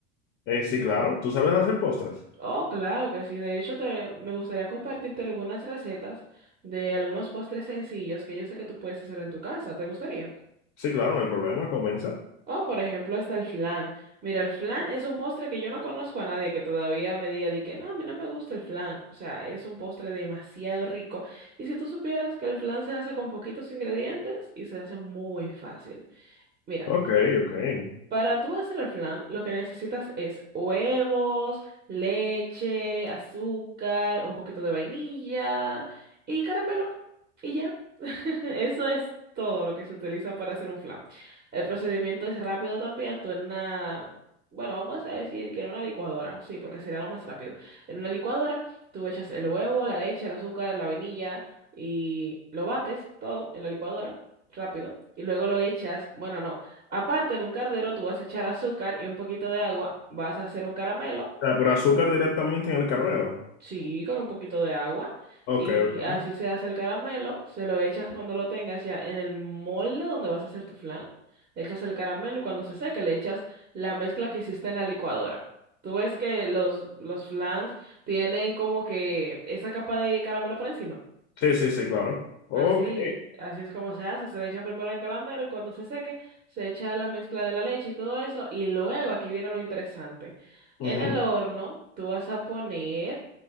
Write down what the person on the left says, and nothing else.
Eh, sí, claro, ¿tú sabes hacer postres?
Sí, claro, no hay problema, comienza.
Ok, ok. O
sea, pero azúcar directamente en el cardero.
Ok,
ok.
Sí, sí, sí, claro. Ok.
Ujú.